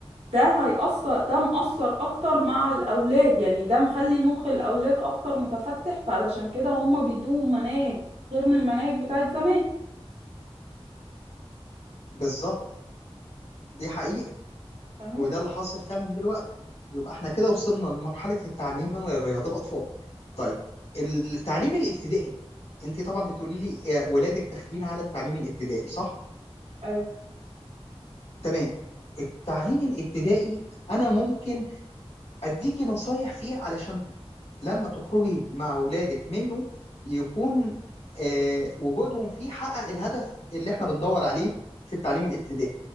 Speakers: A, on the right; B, on the left.
A: ده هيأثر ده مأثر اكتر مع الاولاد يعني ده مخلي مخ الاولاد اكتر متفتح فعلشان كده هم بيدوهم مناهج غير من المناهج بتاعت زمان
B: بالظبط دي حقيقة
A: تمام
B: وده اللي حاصل فعلا دلوقتي يبقى احنا كده وصلنا لمرحلة التعليم لرياض الأطفال طيب التعليم الابتدائي انت طبعا بتقولي لي آه، ولادك داخلين على التعليم الابتدائي صح
A: ايوه
B: تمام التعليم الابتدائي انا ممكن اديكي نصايح فيه علشان لما تخرجي مع ولادك منه يكون آه، وجودهم فيه حقق الهدف اللي احنا بندور عليه في التعليم الابتدائي